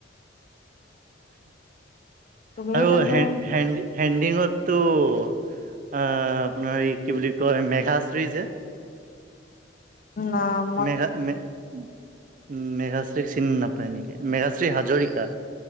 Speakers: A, on the left; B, on the right.
A: তুমিও
B: আৰু
A: তেন্তে
B: হে হেনদি হেণ্ডিঙতো আ আপোনাৰ এই কি বুলি কয়? মেঘাশ্ৰী যে,
A: নাম
B: মেঘা মেঘশ্ৰ চিন নাপায় নিক মেঘাশ্ৰী হাজৰিকা